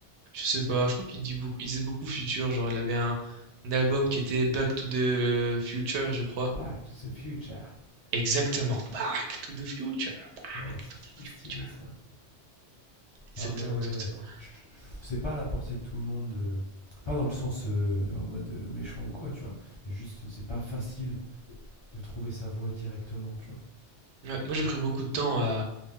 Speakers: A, on the right (about 75°); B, on the left (about 35°).
A: Je sais pas, je crois qu'il dit beaucoup, il disait beaucoup futur, genre il avait un, un album qui était Back to the Future, je crois.
B: Back to the future.
A: Exactement, Back to the Future, Back
B: Ouais, c'est
A: to the Future.
B: c'est stylé ça.
A: Exactement,
B: Non mais ouais,
A: exactement.
B: euh, je- je- c'est pas à la portée de tout le monde. euh, Pas dans le sens euh, en mode euh, méchant ou quoi, tu vois. Mais juste, c'est pas facile de trouver sa voie directement, tu vois.
A: Ouais, moi j'ai pris beaucoup de temps à,